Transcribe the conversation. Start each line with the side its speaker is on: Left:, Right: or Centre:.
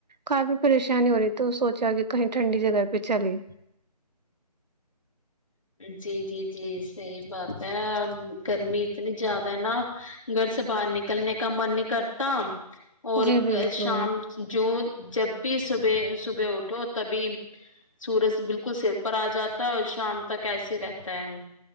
Right: کافی پریشانی ہو رہی تو سوچا کہ کہیں ٹھنڈی جگہ پہ چلے
Left: جی جی جی صحی بات ہے گرمی اتنی زیادہ ہے نا گھر سے باہر نکلنے کا من نہیں کرتا اور
Right: جی بالکل
Left: شام جو جب بھی صبح صبح اٹھو تبھی سورج بالکل سر پر آ جاتا ہے شام تک ایسے رہتا ہے